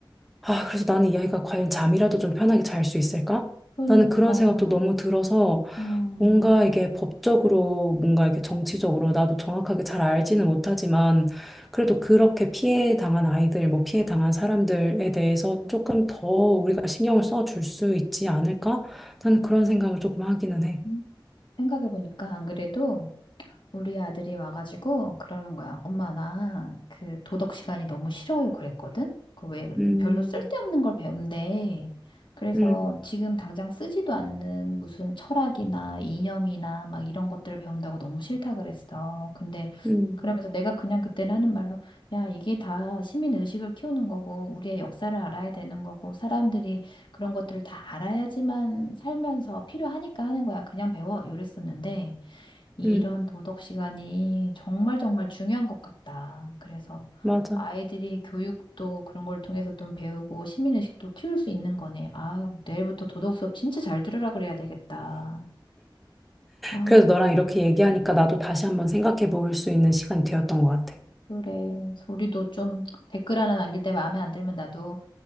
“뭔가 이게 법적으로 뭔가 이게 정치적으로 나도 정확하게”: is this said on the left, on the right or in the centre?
Centre